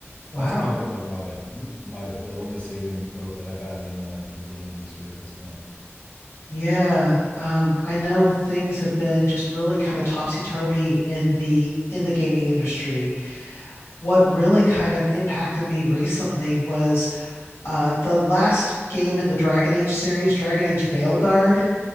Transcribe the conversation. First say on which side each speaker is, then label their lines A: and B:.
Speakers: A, on the left (about 65°); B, on the left (about 25°).
A: Wow.
B: that's kind of been like my my the only saving hope that I have in the the game industry at this point.
A: Yeah, um, I know things have been just really kind of topsy-turvy in the in the gaming industry. what really kind of impacted me recently was uh, the last game in the Dragon Age series, Dragon Age Veilguard.